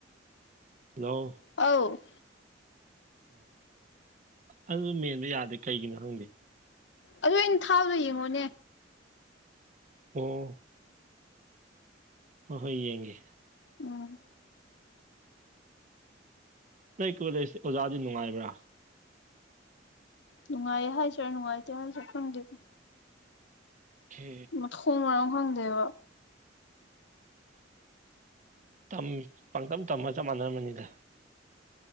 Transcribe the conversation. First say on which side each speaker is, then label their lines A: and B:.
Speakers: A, on the right; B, on the left.
A: ꯍꯂꯣ
B: ꯑꯧ
A: ꯑꯣ ꯑꯗꯨꯗꯣ ꯃꯦꯟꯕ ꯌꯥꯗꯦ ꯀꯩꯒꯤꯅꯣ ꯈꯪꯗꯦ
B: ꯑꯗꯨ ꯑꯩꯅ ꯊꯥꯕꯗꯣ ꯌꯦꯡꯉꯨꯅꯦ
A: ꯑꯣ ꯍꯣꯢ ꯍꯣꯏ ꯌꯦꯡꯒꯦ
B: ꯎꯝ
A: ꯅꯣꯢ ꯀꯣꯂꯦꯖ ꯑꯣꯖꯥꯗꯤ ꯅꯨꯡꯉꯥꯏꯕ꯭ꯔꯥ
B: ꯅꯨꯡꯉꯥꯏꯌꯦ ꯍꯥꯏꯁꯤꯔꯥ ꯅꯨꯡꯉꯥꯏꯇꯦ ꯍꯥꯏꯁꯤꯔꯥ ꯈꯪꯗꯦꯗ
A: ꯈꯦ
B: ꯃꯊꯣꯡ ꯃꯔꯝ ꯈꯪꯗꯦꯕ
A: ꯇꯝ ꯄꯪꯇꯝ ꯇꯝꯃ ꯆꯞ ꯃꯥꯟꯅꯔꯝꯃꯅꯤꯗ